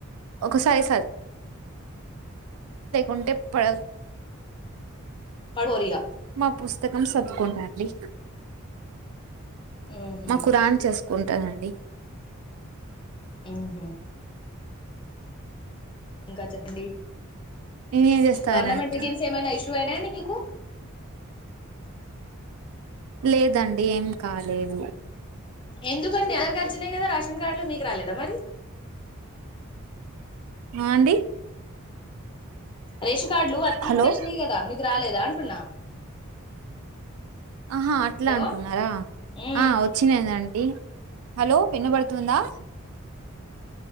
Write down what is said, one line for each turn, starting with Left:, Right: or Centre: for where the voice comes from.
Right: ఒకసారి ఉంటే పడ
Left: <unintelligible>
Right: మా పుస్తకం చదువుకుంటాండి.
Left: ఊహు
Right: మా ఖురాన్ చేసుకుం కదా అండి
Left: ఆహ ఇంకా చెప్పండి
Right: నేనేం చేస్తారండి
Left: గవర్నమెంట్ స్కీమ్స్ ఏమైనా ఇష్యూ అయినా అండి మీకు
Right: లేదండి ఏం కాలేదు
Left: ఎందుకండి అందరికీ వచ్చినాయి కదా రాష రేషన్ కార్డు లో మీకు రాలేదా మరి
Right: అ అండి
Left: రేషన్ కార్డులు అ <unintelligible>
Right: హలో
Left: తెచ్చినాయి కదా మీకు రాలేదా అంటున్నా
Right: ఆహా అట్లా
Left: హలో
Right: అంటున్నారా
Left: ఉమ్
Right: ఆ వచ్చినాదండి హలో వినబడుతుందా